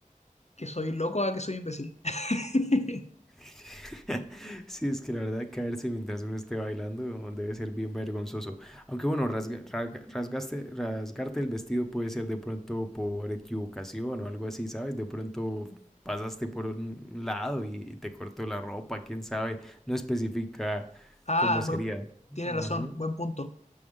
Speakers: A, on the left (about 55°); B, in the centre.
A: que soy loco a que soy imbécil. <laughs>
B: <laughs> Sí, es que la verdad caerse mientras uno esté bailando debe ser bien vergonzoso. Aunque bueno, rasga- rasga- rasgaste- rasgarte el vestido puede ser de pronto por equivocación o algo así, ¿sabes? De pronto pasaste por un lado y te cortó la ropa, quién sabe. No especifica
A: Ah,
B: cómo sería.
A: buen- tienes
B: Ujú.
A: razón. Buen punto.